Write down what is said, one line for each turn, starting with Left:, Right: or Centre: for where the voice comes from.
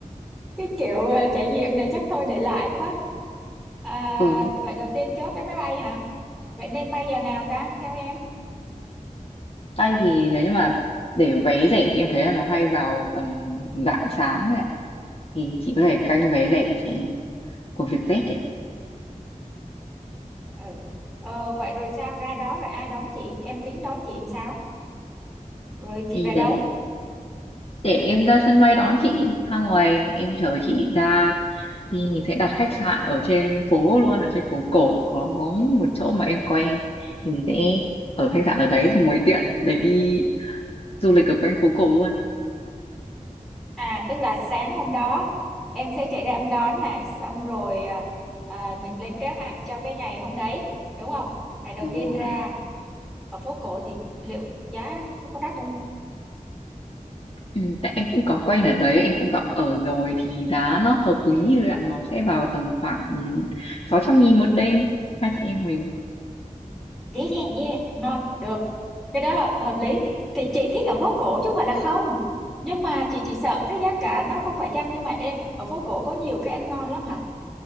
Centre: cái kiểu ờ, trải nghiệm này chắc thôi để lại quá à,
Left: ở
Centre: vậy đầu tiên chốt vé máy bay hả vậy nên bay giờ nào ta theo em
Left: tay thì đấy nhưng mà để vé rẻ thì em thấy là nó hay vào tầm rạng sáng đấy ạ. Thì chị có thể canh vé rẻ cho em của Vietjet ấy.
Centre: ừ ờ, vậy rồi sao ra đó rồi ai đón chị em tính đón chị làm sao rồi chị
Left: Đi
Centre: về đâu
Left: để để em ra sân bay đón chị ra ngoài em chờ chị ra thì mình sẽ đặt khách sạn ở trên phố luôn ở trên phố cổ có một chỗ mà em quen thì mình sẽ ở khách sạn ở đấy xong rồi tiện để đi du lịch ở quanh phố cổ luôn
Centre: À tức là sáng hôm đó em sẽ chạy ra em đón này xong rồi à, à, mình lên kế hoạch cho cái ngày hôm đấy đúng không? Ngày đầu
Left: đúng
Centre: tiên
Left: rồi
Centre: ra
Left: ạ
Centre: ở phố cổ thì liệu giá có có đắt không?
Left: ừ, tại em cũng có quen ở đấy em cũng có ở rồi thì giá nó hợp lý thôi ạ nó sẽ vào tầm khoảng sáu trăm nghìn một đêm hai chị em mình
Centre: Yeah yeah yeah ngon được cái đó hợp lý thì chị thích ở phố cổ chứ không phải là không nhưng mà chị chỉ sợ cái giá cả nó không phải chăng nhưng mà ê ở phố cổ có nhiều cái ăn ngon lắm hả?